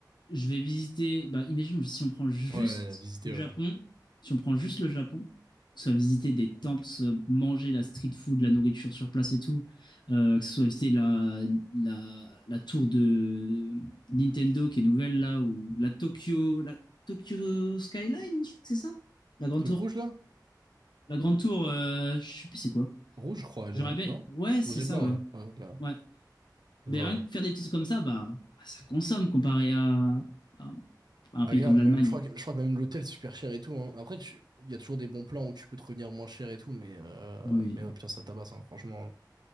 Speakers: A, on the left; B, on the right.
A: je vais visiter. Bah, imaginons si on prend juste
B: Ouais, visiter,
A: le Japon,
B: ouais.
A: si on prend juste le Japon, que ce soit visiter des temples, que ce soit manger la street food, la nourriture sur place et tout, euh, que ce soit visiter la, la, la tour de Nintendo qui est nouvelle là, ou la Tokyo, la Tokyo Skyline, je crois que c'est ça? La grande
B: Truc
A: tour.
B: rouge là?
A: La grande tour, euh, je sais plus c'est quoi.
B: Rouge, je crois, elle
A: J'aurais
B: est, hein,
A: bien.
B: non?
A: Ouais, c'est
B: Rouge et
A: ça,
B: blanc,
A: ouais.
B: ouais. Ah, ok.
A: Ouais.
B: Je
A: Mais
B: vois,
A: rien
B: ouais.
A: que faire des petits trucs comme ça, bah, ah, ça consomme comparé à, à un à
B: Ah,
A: un pays
B: gars,
A: comme
B: même,
A: l'Allemagne.
B: je crois que, je crois que même l'hôtel, c'est super cher et tout. hein. Après, tu- il y a toujours des bons plans où tu peux te revenir moins cher et tout, mais, euh,
A: Oui.
B: mais ouais, putain, ça tabasse, hein. Franchement,